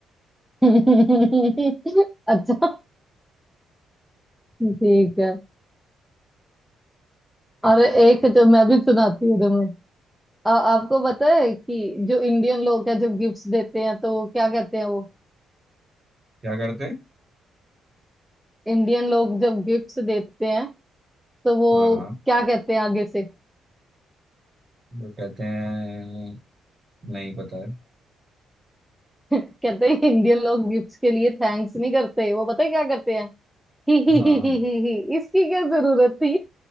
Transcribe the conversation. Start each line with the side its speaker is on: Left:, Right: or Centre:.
Centre: <laughs> अच्छा ठीक है अरे एक जो मैं भी सुनाती हूँ तुम्हें आ, आपको पता है कि जो इंडियन लोग हैं जब गिफ्ट्स देते हैं तो क्या कहते हैं वो
Right: क्या करते हैं?
Centre: इंडियन लोग जब गिफ्ट्स देते हैं तो वो
Right: हाँ हाँ
Centre: क्या कहते हैं आगे से
Right: वो कहते हैं नहीं पता है
Centre: <laughs> कहते हैं इंडियन लोग गिफ्ट्स के लिए थैंक्स नहीं करते वो पता है क्या करते हैं <laughs> ही ही
Right: हाँ
Centre: ही ही ही ही इसकी क्या जरूरत थी